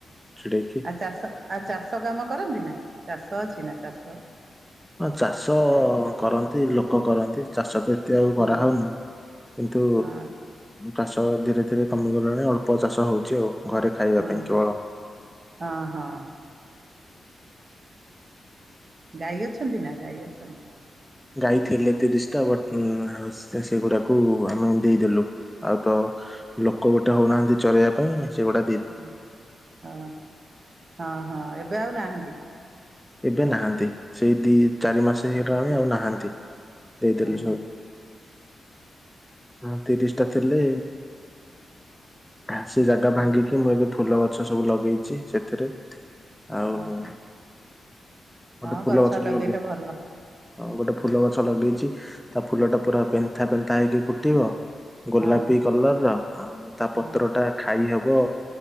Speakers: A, in the centre; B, on the right.
A: ଛିଡେଇକି।
B: ଆଉ ଚାଷ ଆଉ ଚାଷ କାମ କରନ୍ତି ନା ଚାଷ ଅଛି ନା ଚାଷ
A: ହଁ ଚାଷ କରନ୍ତି ଲୋକ କରନ୍ତି ଚାଷ ତ ଏତେ ଆଉ
B: ହଁ
A: କରାହଉନି। କିନ୍ତୁ
B: ହଁ
A: ଚାଷ ଧୀରେ ଧୀରେ କମିଗଲାଣି ଅଳ୍ପ ଚାଷ ହଉଛି ଆଉ ଘରେ ଖାଇବା
B: ହଁ
A: ପାଇଁ କେବଳ
B: ହଁ ହଁ। ଗାଈ ଅଛନ୍ତି ନା ଗାଈ ଅଛନ୍ତି ନା?
A: ଗାଈ ଥିଲେ ତିରିଶ ଟା ବଟ୍ ଆଉ ସେ ସେଗୁଡ଼ାକୁ ଆମେ ଦେଇଦେଲୁ। ଆଉ ତ ଲୋକ ଗୋଟେ ହଉନାହାନ୍ତି ଚଳେଇବା ପାଇଁ ସେଗୁଡ଼ା
B: ହଁ ହଁ ହଁ ହଁ ଏବେ ଆଉ ନାହାନ୍ତି?
A: ଏବେ ନାହାନ୍ତି ସେଇ ଦି ଚାରି ମାସ ହେଇଗଲାଣି ଆଉ ନାହାନ୍ତି। ଦେଇଦେଲୁ
B: ହଁ
A: ସବୁ
B: ହଁ ହଁ।
A: ହଁ। ତିରିଶ ଟା ଥିଲେ ଆ ସେ ଜାଗା ଭାଙ୍ଗିକି ମୁଁ ଏବେ ଫୁଲ ଗଛ ସବୁ ଲଗେଇଛି ସେଥିରେ ଆଉ
B: ହଁ
A: ଗୋଟେ
B: ହଁ
A: ଫୁଲ
B: ଗଛ
A: ଗଛଟେ
B: ଲଗେଇଲେ
A: ଲଗେ
B: ଭଲ
A: ହଁ ଗୋଟେ ଫୁଲ ଗଛ ଲଗେଇଛି ତା ଫୁଲ ଟା ପୁରା ପେନ୍ଥା ପେନ୍ଥା ହେଇକି ଫୁଟିବ। ଗୋଲାପି
B: ହଁ
A: କଲର ର ଆଉ ତା
B: ହଁ
A: ପତ୍ର ଟା ଖାଇ ହବ